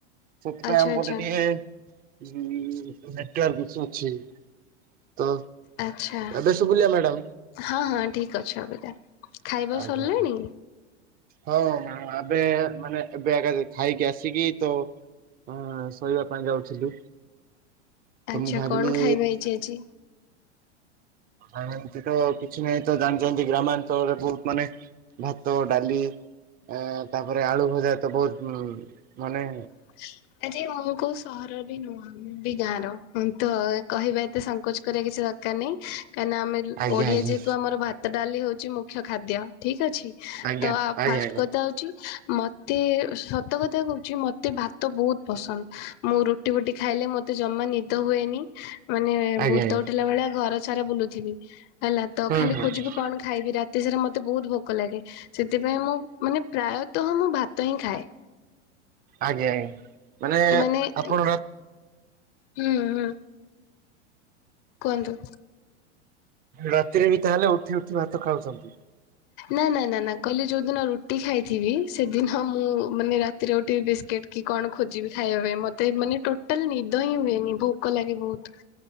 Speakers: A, on the right; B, on the left.
A: ସେଥିପାଇଁ
B: ଆଚ୍ଛା
A: ଆମ
B: ଆଚ୍ଛା
A: ପଟେ ଟିକେ ଉଁ, ତ ନେଟୱାର୍କ ଇସୁ ଅଛି। ତ
B: ଆଚ୍ଛା,
A: ଏବେ ଶୁଭିଲା ମ୍ୟାଡାମ?
B: ହଁ, ହଁ ଠିକ ଅଛି ଅବିକା। ଖାଇବା
A: ଆଜ୍ଞା,
B: ସରିଲାଣି
A: ଆଜ୍ଞା। ହଁ ମ୍ୟାଡ଼ାମ୍ ଆବେ ମାନେ ଏବେ ଏକା ଖାଇକି ଆସିକି ତ ଅଁ, ଶୋଇବା ପାଇଁ ଯାଉଥିଲି, ତ
B: ଆଚ୍ଛା
A: ମୁଁ ଭାବିଲି
B: କଣ ଖାଇବା ହେଇଛି ଆଜି?
A: ଆଉ ଏମତି ତ କିଛି ନାହିଁ ତୋ ଜାଣିଛନ୍ତି ଗ୍ରାମାଞ୍ଚଳରେ ବହୁ ମାନେ ଭାତ, ଡାଲି ଏ, ତାପରେ ଆଳୁ ଭଜା ତ ବହୁତ ଉ, ମାନେ
B: ହା ଇ ଆ, ଯେ ମୁଁ କୋଉ ସହର ର ବି ନୁହଁ, ମୁଁ ବି ଗାଁ ର, ହଁ ତ କହିବା ଏତେ ସଂଙ୍କୋଚ କରିବା କିଛି ଦର କାନି କାନା ଆମେ ଯୁ-ଓଡିଆ
A: ଆଜ୍ଞା ଆଜ୍ଞା
B: ଯେହେତୁ ଆମର ଭାତ, ଡାଲି ହଉଛି ମୁଖ୍ୟ ଖାଦ୍ୟ ଠିକ ଅଛି।
A: ଆଜ୍ଞା
B: ତୋ ଆ,
A: ଆଜ୍ଞା
B: ଫାଷ୍ଟ
A: ଆଜ୍ଞା
B: କଥା ହଉଛି, ମୋତେ ସତ କଥା କହୁଛି ମୋ ତେ ଭାତ ବହୁତ ପସନ୍ଦ। ମୁଁ ରୁଟି ଫୁଟି ଖାଇଲେ ମୋତେ ଜମା ନିଦ ହୁଏନି। ମାନେ
A: ଆଜ୍ଞା
B: ଭୂତ
A: ଆଜ୍ଞା
B: ଉଠିଲା ଭଳିଆ ଘର ସାରା ବୁଲୁଥିବି। ହେଲା ତ
A: ହୁଁ
B: ଖାଲି
A: ହୁଁ
B: ଖୋଜିବି
A: ହୁଁ
B: କଣ ଖା ଖାଇବି ରାତି ସାରା ମୋତେ ବହୁତ ଭୋକ ଲାଗେ। ସେଥିପାଇଁ ମୁଁ ମାନେ ପ୍ରାୟତଃ ମୁଁ ଭାତ ହିଁ ଖାଏ।
A: ଆଜ୍ଞା, ଆଜ୍ଞା।
B: ମାନେ
A: ଆପଣ
B: ଏ, ହୁଁ, ହୁଁ କୁହନ୍ତୁ।
A: ରାତିରେ ବି ତାହେଲେ ଉଠି ଉଠି ଭାତ ଖାଉଛନ୍ତି?
B: ନା ନା ନା ନା କହିଲେ ଯୋଉଦିନ ରୁଟି ଖାଇଥିବି। ସେଦିନ ମୁଁ ମାନେ ରାତି ରେ ଉଠିବି ବିସ୍କେଟ କି କଣ ଖୋଜିବି ଖାଇବା ପାଇଁ। ମତେ ମାନେ ଟୋଟାଲ ନିଦ ହିଁ ହୁଏନି। ଭୋକ ଲାଗେ ବହୁତ।